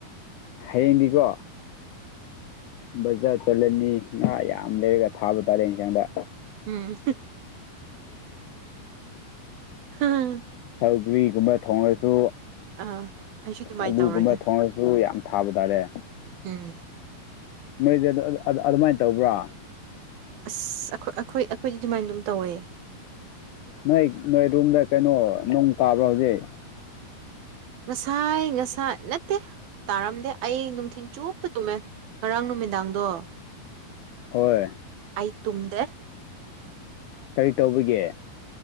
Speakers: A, on the left; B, on the right.
A: ꯍꯌꯦꯡꯗꯤꯀꯣ ꯕꯖꯥꯔ ꯆꯠꯂꯅꯤ ꯉꯥ ꯌꯥꯝ ꯂꯩꯔꯒ ꯊꯥꯕ ꯇꯥꯔꯦ ꯌꯦꯟꯁꯥꯡꯗ
B: ꯎꯝ ꯍꯥ
A: ꯁꯧꯒ꯭ꯔꯤ ꯒꯨꯝꯕ ꯊꯣꯡꯑꯥꯁꯨ
B: ꯑꯥ ꯑꯩꯁꯨ ꯑꯗꯨꯃꯥꯏꯅ
A: ꯑꯗꯨꯒꯨꯝꯕ
B: ꯇꯧꯔꯒꯦ
A: ꯊꯣꯡꯂꯁꯨ ꯌꯥꯝ ꯊꯥꯕ ꯇꯥꯔꯦ
B: ꯎꯝ
A: ꯃꯣꯏꯗꯤ ꯑꯗꯨꯃꯥꯏꯅ ꯇꯧꯕ꯭ꯔꯥ
B: ꯑꯁ ꯑꯩꯈꯣꯏ ꯑꯩꯈꯣꯏ ꯑꯩꯈꯣꯏꯗꯤ ꯑꯗꯨꯃꯥꯏꯅ ꯑꯗꯨꯝ ꯇꯧꯋꯦ
A: ꯅꯣꯏ ꯅꯣꯏ ꯔꯨꯝꯗ ꯀꯩꯅꯣ ꯅꯣꯡ ꯇꯥꯕ꯭ꯔꯥ ꯍꯧꯖꯤꯛ
B: ꯉꯁꯥꯏ ꯉꯁꯥꯏ ꯅꯠꯇꯦ ꯇꯥꯔꯝꯗꯦ ꯑꯩ ꯅꯨꯡꯊꯤꯟ ꯆꯨꯞꯄꯗꯨꯃꯦ ꯉꯔꯥꯡ ꯅꯨꯃꯤꯗꯥꯡꯗꯣ
A: ꯍꯣꯏ
B: ꯑꯩ ꯇꯨꯝꯗꯦ
A: ꯀꯔꯤ ꯇꯧꯕꯒꯦ